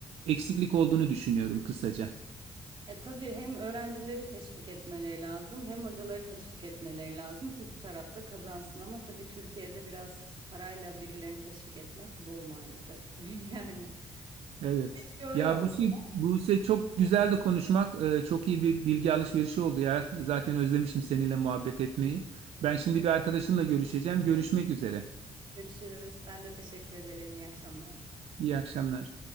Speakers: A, on the right; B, on the right.
A: eksiklik olduğunu düşünüyorum kısaca.
B: Ya tabii hem öğrencileri teşvik etmeleri lazım, hem hocaları teşvik etmeleri lazım ki iki tarafta kazansın ama tabii Türkiye'de biraz parayla birilerini teşvik etmek zor maalesef. <laughs> Yani
A: Evet.
B: keşke öyle
A: Ya
B: olsa.
A: Buse, Buse çok güzeldi konuşmak. E, çok iyi bir bilgi alışverişi oldu ya. Zaten özlemişim seninle muhabbet etmeyi. Ben şimdi bir arkadaşımla görüşeceğim. Görüşmek üzere.
B: Görüşürüz. Ben de teşekkür ederim. İyi akşamlar.
A: İyi akşamlar.